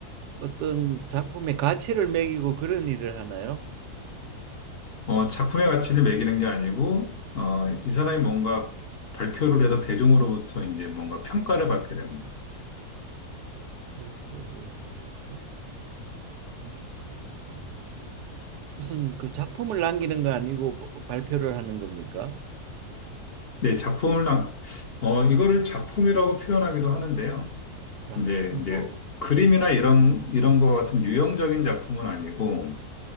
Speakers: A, on the right; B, on the left.
A: 어떤 작품의 가치를 매기고 그런 일을 하나요?
B: 어, 작품의 가치를 매기는 게 아니고, 어, 이 사람이 뭔가 발표를 해서 대중으로부터 이제 뭔가 평가를 받게 됩니다.
A: 발표를 해서 평가를 받는다. 무슨 그 작품을 남기는 거 아니고 발표를 하는 겁니까?
B: 네, 작품을, 나- 어, 이거를 작품이라고 표현하기도 하는데요.
A: 작품
B: 이제, 이제
A: 나오는
B: 그림이나 이런, 이런 것 같은 유형적인 작품은 아니고,